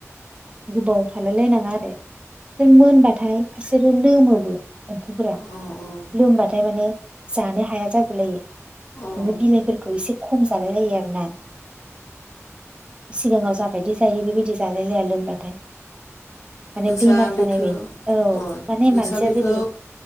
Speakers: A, on the right; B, on the left.
A: गोबाव थालाय लायनाङा आरो मोनबाथाय बिसोरो लोमोबो एम्फौफोरा
B: अ अ
A: लोमबाथाय माने जानो हाया जागौलायो
B: अ
A: नोङो बिलाइफोरखौ एसे खम जालाय लायो आरोना सिगाङाव जाबायदि जायो बेबायदि जालाय लाया लोमबाथाय <unintelligible> माने
B: नोंसा
A: बेमार जानाय
B: बेखो
A: बाय औ
B: अ
A: माने
B: नोंसा
A: मानसिया
B: बेखो
A: जेरै